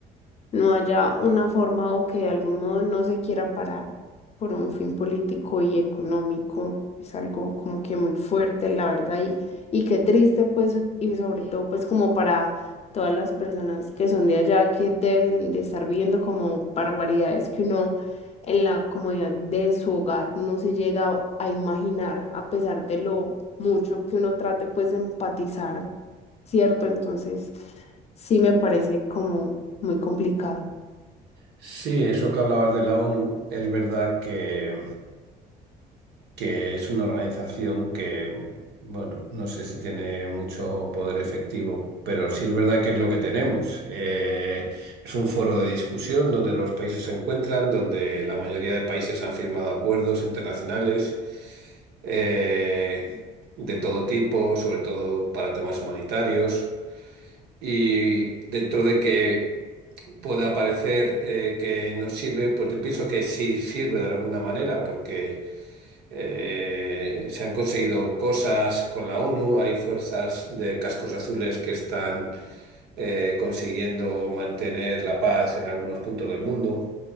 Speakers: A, on the left; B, on the right.
A: no haya una forma o que de algún modo no se quiera parar por un fin político y económico. Es algo como que muy fuerte, la verdad, y, y qué triste, pues, y sobre todo, pues, como para todas las personas que son de allá, que deben de estar viendo como barbaridades que uno en la comodidad de su hogar no se llega a imaginar, a pesar de lo mucho que uno trate, pues, de empatizar. ¿cierto? Entonces, sí me parece como muy complicado.
B: Sí, eso que hablabas de la ONU, es verdad que que es una organización que, bueno, no sé si tiene mucho poder efectivo, pero sí es verdad que es lo que tenemos. Eh, es un foro de discusión donde los países se encuentran, donde la mayoría de países han firmado acuerdos internacionales eh, de todo tipo, sobre todo para temas humanitarios. Y dentro de que pueda parecer eh, que no sirve, pues yo pienso que sí sirve de alguna manera, porque... Eh, se han conseguido cosas con la ONU, hay fuerzas de cascos azules que están eh, consiguiendo mantener la paz en algunos puntos del mundo.